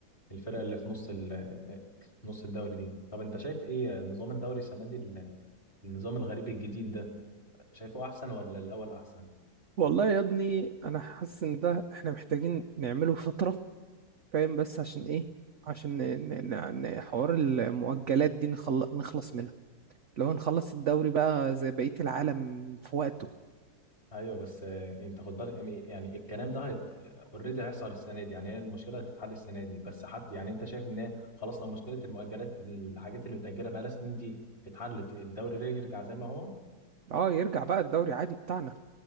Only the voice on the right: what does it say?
والله يا ابني انا حاسس ان ده احنا محتاجين نعمله فترة فاهم بس عشان ايه عشان ن- ن- ن- حوار المؤجلات دي نخل- نخلص منها لو نخلص الدوري بقى زي بقية العالم في وقته
اه يرجع بقى الدوري عادي بتاعنا